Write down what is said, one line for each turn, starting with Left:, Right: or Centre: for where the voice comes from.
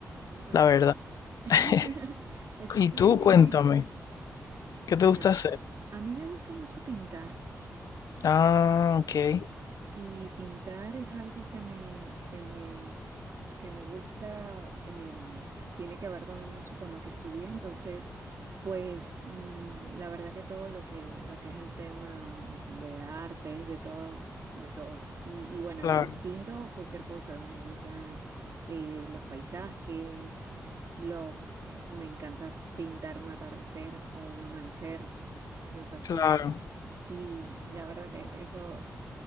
Right: Vale.
Left: la verdad.
Right: <laughs>
Left: <laughs>
Right: Eso
Left: Y
Right: está
Left: tú
Right: muy
Left: cuéntame,
Right: bien.
Left: ¿qué te
Right: Bueno,
Left: gusta hacer?
Right: a mí me gusta mucho pintar.
Left: Ah, ok,
Right: Si pintar es algo que me, que me, que me gusta, em, tiene que ver también mucho con lo que estudié. Entonces, pues mm, la verdad que todo lo que, lo que es el tema de artes, de todo, de todo. Y, y bueno,
Left: claro,
Right: y pinto cualquier cosa. Me gustan eh, los paisajes, los, me encanta pintar un atardecer o un amanecer. Me fascina.
Left: claro,
Right: Sí, la verdad que eso